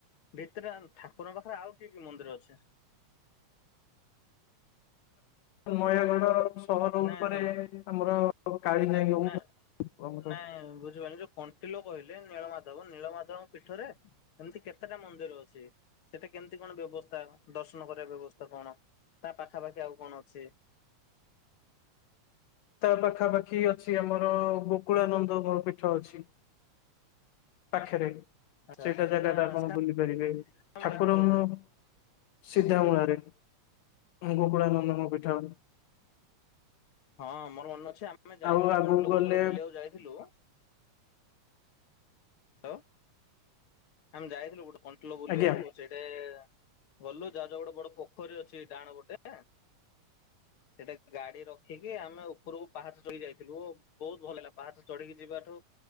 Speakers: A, on the left; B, on the left.
A: ଭିତରେ ଠାକୁରଙ୍କ ପାଖରେ ଆଉ କି କି ମନ୍ଦିର ଅଛି।
B: ନୟାଗଡ଼ ସହର
A: ନାଇଁ
B: ଉପରେ
A: ନାଇଁ
B: ଆମର କାଳିଜାଇ
A: ନା
B: ଆମର
A: ନାଇଁ ବୁଝପନି ଯୋଉ କଣ୍ଟିଲୋ କହିଲେ ନୀଳମାଧବ ନୀଳମାଧବ ପୀଠରେ ଏମିତି କେତେଟା ମନ୍ଦିର ଅଛି ସେଟା କେମିତି କଣ ବ୍ୟବସ୍ଥା ଦର୍ଶନ କରିବା ବ୍ୟବସ୍ଥା କଣ ତା ପାଖାପାଖି ଆଉ କଣ ଅଛି
B: ତା ପାଖାପାଖି ଅଛି ଆମର ବକୁଳାନନ୍ଦର ପୀଠ ଅଛି। ପାଖରେ
A: ଆଚ୍ଛା
B: ସେଇଟା
A: ଆଚ୍ଛା ଯୋଉଟା
B: ଜାଗା ଟା ଆପଣ
A: ସିଧା
B: ବୁଲି ପାରିବେ ଠାକୁରଙ୍କୁ
A: ମୂଳାଟି କହୁଥିଲେ।
B: ସିଧା ମୂଳାରେ ଗୋକୁଳାନନ୍ଦଙ୍କ ପୀଠ।
A: ହଁ ମୋର ମନେ ଅଛି ଆମେ ଯାଇଥିଲୁ
B: ଆଉ ଆଗକୁ
A: କଣ୍ଟଲ
B: ଗଲେ
A: ଗୋଟେ ଥର ବୁଲିବାକୁ ଯାଇଥିଲୁ ହଲ ଆମେ ଯାଇଥିଲୁ ଗୋଟେ କଣ୍ଟଲ ବୁଲିବାକୁ
B: ଆଜ୍ଞା
A: ସେଠ ଗଟେ ଭଲୁ ଯାହାଜ ଗୋଟେ ବଡ ପୋଖରୀ ଅଛି ଡାଣ ଗୋଟେ ସେଟା ଗାଡି ରଖିକି ଆମେ ଉପରକୁ ପାହାଚ ଚଢ଼ି ଯାଇଥିଲୁ। ବହୁତ ଭଲ ହୋଗା ପାହାଚ ଚଢିକି ଯିବାଠୁ